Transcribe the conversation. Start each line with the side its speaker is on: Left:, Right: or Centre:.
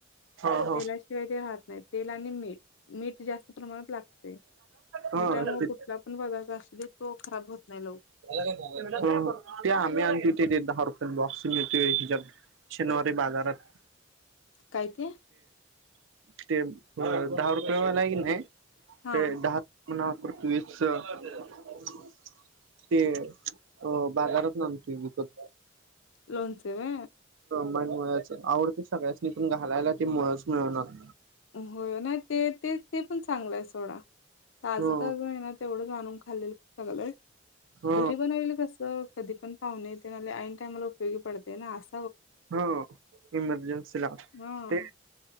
Right: हा हा
Left: तेल्याशिवाय ते राहत नाही. तेल आणि मीठ मीठ जास्त प्रमाणात लागते.
Right: हा
Left: मी त्यामुळे
Right: ते
Left: कुठला पण बगाचा अस तो खराब होत नाही ल
Right: <inaudible> म आणनत ते द हर बक्सिंग य त हिजा शनवारी बाजारात
Left: काय ते
Right: ते दहा रुपयेवाला क नाही
Left: हा
Right: ते दहा ना पुर्तुगज ते अ बाजारात नामते विकत
Left: लोनचे र
Right: मुच आवडते सगळ्याचनी पण घालायला ते मुच मिळणार.
Left: होय ना ते ते ते पण चांगलंय सोडा ताजं
Right: हो
Left: तर आहे ना तेवढं जा आणून खाल्लेल. चगलंय
Right: हो
Left: घरी बनवल कस कधी पण हो न येतन ईन टईमल उपयोग पडतेय ना अस
Right: हो इमर्जन्सी ला
Left: हा
Right: ते